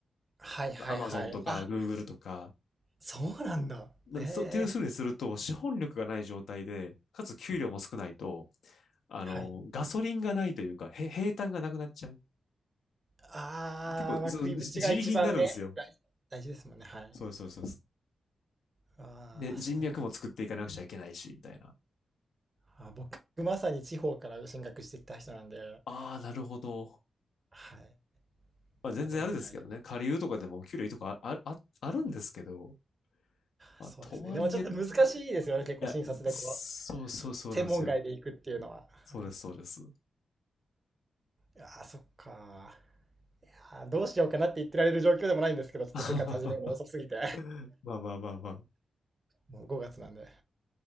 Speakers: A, on the right; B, on the left.
A: はいはいはい。
B: アマゾンとか、
A: あ、
B: グーグルとか、
A: そうなんだ。
B: なそう、
A: ええ
B: っていうふうにすると、資本力がない状態で、かつ給料も少ないと、あの、
A: はい。
B: ガソリンがないというか、へ、平坦がなくなっちゃう。
A: ああ、
B: 結構、
A: まあ、
B: そう、
A: 食いぶちが一番ね、
B: じ自利品になるんですよ。
A: 大大事ですもんね。はい。
B: そうそうそうそう
A: ああ、
B: で、人脈も作っていかなくちゃいけないし、
A: そう。
B: みたいな。
A: あ、僕、まさに地方から進学してきた人なんで、
B: ああ、なるほど。
A: はい。
B: まあ、全然あれですけどね。
A: 今、都内にあり、
B: 下流とかでも給料いいとかあ、あ、あるんですけど、まあ、
A: そうですね。
B: とはいえ、
A: でもちょっと難しいですよね。
B: とはいえ。い
A: 結構、
B: や、
A: 診察でこう、
B: そうそうそうなんですよ。
A: 専門外で行くっていうのは。
B: そうです、
A: はい。
B: そうです。
A: ああ、そっか。やーどうしようかなって言ってられる状況でもないんですけど、ちょっと就活始めるの遅すぎて。
B: <laughs> まあまあまあまあ。
A: もう5月なんで。はい、